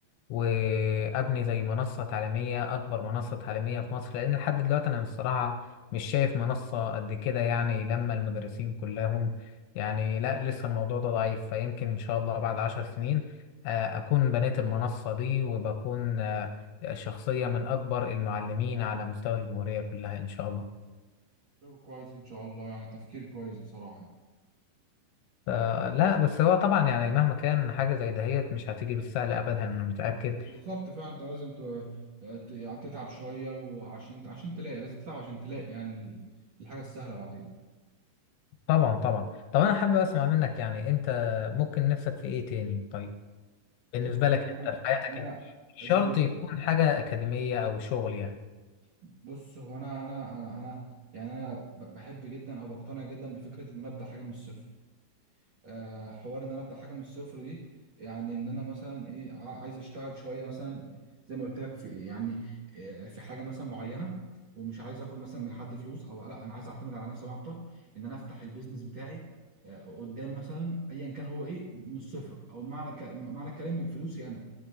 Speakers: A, on the left; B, on the right.
A: وابني زي منصه تعليميه اكبر منصه تعليميه في مصر لان لحد دلوقتي انا بصراحه مش شايف منصه قد كده يعني لما المدرسين كلهم يعني لا لسه الموضوع ده ضعيف فيمكن ان شاء الله بعد عشر سنين آه، اكون بنيت المنصه دي وبكون آه، شخصيه من اكبر المعلمين على مستوى الجمهوريه كلها ان شاء الله
B: طب كويس ان شاء الله يعني تفكير كويس بصراحة
A: ف- لا بس هو طبعا يعني مهما كان حاجه زي دهيت مش هتيجي بالسهل ابدا انا متاكد
B: بالظبط فعلا انت لازم ت- ت- يعني تتعب شويه وعشان عشان تلاقي لازم تتعب عشان تلاقي يعني ال- الحاجه السهله بعدين
A: طبعا طبعا طب انا حابب اسمع منك يعني انت ممكن نفسك في ايه تاني طيب بالنسبه
B: بص
A: لك
B: هو
A: انت
B: انا
A: في حياتك
B: انا
A: انت مش
B: اذا
A: شرط
B: أنا-
A: يكون حاجه اكاديميه او شغل يعني
B: بص هو انا انا انا أنا- يعني انا ب- بحب جدا او بقتنع جدا بفكره ان انا ابدا حاجه من الصفر آه، حوار ان انا ابدا حاجه من الصفر دي يعني ان انا مثلا ايه ع- عايز اشتغل شويه مثلا زي ما قلت لك في يعني آه، في حاجه مثلا معينه ومش عايز اخد مثلا من حد فلوس او لا انا عايز اعتمد على نفسي اكتر ان انا افتح البيزنس بتاعي آه، قدام مثلا ايا كان هو ايه من الصفر او معنى ك... معنى الكلام من فلوسي انا